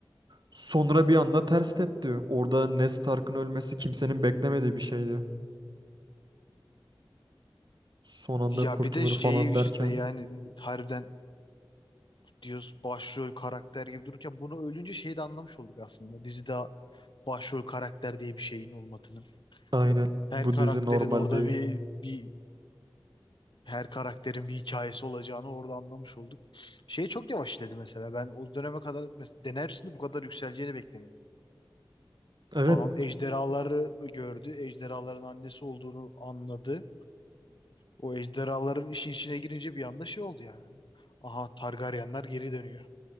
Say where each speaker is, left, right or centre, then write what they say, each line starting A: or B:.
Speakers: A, on the right; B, on the left.
A: Sonra bir anda ters tepti. Orada Ned Stark'ın ölmesi kimsenin beklemediği bir şeydi. Son anda
B: ya
A: kurtulur
B: bir de şey
A: falan
B: işte
A: derken.
B: yani harbiden diyoruz başrol karakter gibi dururken bunu ölünce şeyi de anlamış olduk aslında. Dizide başrol karakter diye bir şeyin olmadığını.
A: Aynen
B: Her
A: bu
B: karakterin
A: dizi normal
B: orada
A: değil.
B: bir bir her karakterin bir hikayesi olacağını orada anlamış olduk. Şey çok yavaş işledi mesela. Ben o döneme kadar mes- denersinde bu kadar yükseleceğini beklemiyordum.
A: Evet
B: Tamam ejderhaları gördü. Ejderhaların annesi olduğunu anladı. O ejderhaların işin içine girince bir anda şey oldu yani. Aha Targaryenler geri dönüyor.